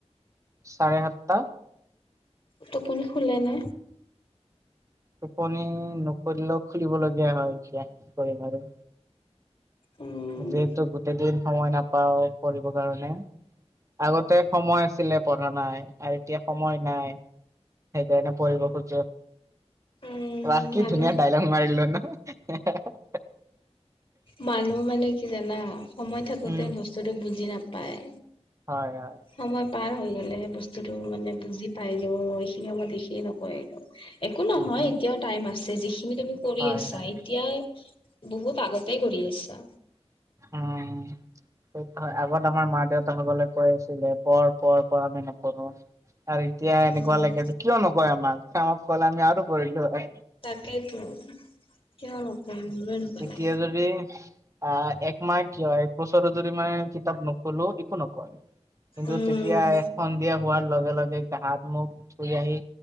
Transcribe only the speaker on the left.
টোপনি খুলে নে?
উম,
উম,
ভালেই।
মানুহ মানে কি জানা সময় থাকোতে
বস্তুটো বুজি নাপায়।
সময় পাৰ হৈ গ'লে সেই বস্তুটো মানে বুজি পায় যে মই এইখিনি সময়ত এইখিনি নকয়। একো নহয়
এতিয়াও টাইম আছে যিখিনি তুমি কৰি
আছা
এতিয়াই বহুত আগতেই কৰি আছা।
উম,
তাকেইতো কিয় নকয়
নো।
উম।